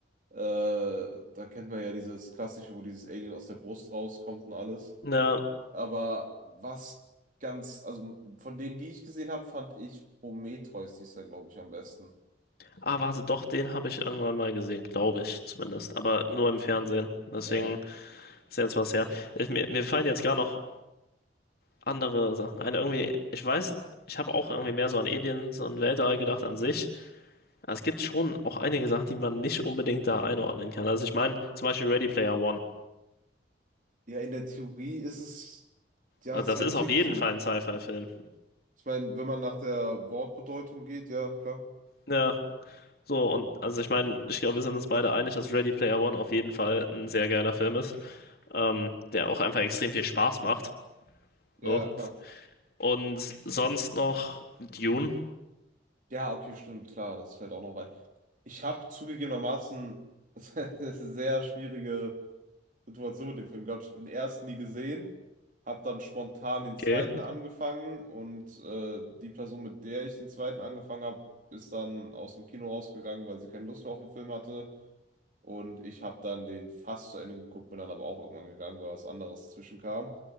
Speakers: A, on the right; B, on the left.
A: Äh, da kennt man ja dieses klassische, wo dieses Alien aus der Brust rauskommt und alles.
B: Na,
A: Aber was ganz, also von denen, die ich gesehen habe, fand ich Prometheus, die ist glaube ich, am besten.
B: ah, warte, doch, den habe ich irgendwann mal gesehen, glaube ich zumindest. Aber nur im Fernsehen. Deswegen
A: Ja.
B: ist jetzt was her. Ich, mir, mir fallen jetzt gar noch andere Sachen ein. Irgendwie, ich weiß, ich habe auch irgendwie mehr so an Aliens und Weltall gedacht an sich. Aber es gibt schon auch einige Sachen, die man nicht unbedingt da einordnen kann. Also ich meine,
A: Mhm.
B: zum Beispiel Ready Player One.
A: Ja, in der Theorie ist es ja
B: Also das
A: Science
B: ist auf
A: Fiction.
B: jeden Fall ein Sci-Fi-Film.
A: Ich meine, wenn man nach der Wortbedeutung geht, ja, klar.
B: Ja, so und also ich meine, ich glaube, wir sind uns beide einig, dass Ready Player One auf jeden Fall ein sehr geiler Film ist, ähm, der auch einfach extrem viel Spaß macht.
A: Ja,
B: So.
A: ja, klar.
B: Und sonst noch Dune.
A: Ja, okay, stimmt, klar, das fällt auch noch rein. Ich habe zugegebenermaßen <laughs> sehr schwierige Situation mit dem Film gehabt. Ich habe den ersten nie gesehen, habe dann spontan den zweiten
B: Okay.
A: angefangen und äh, die Person, mit der ich den zweiten angefangen habe, ist dann aus dem Kino rausgegangen, weil sie keine Lust mehr auf den Film hatte. Und ich habe dann den fast zu Ende geguckt, bin dann aber auch irgendwann gegangen, weil was anderes zwischenkam.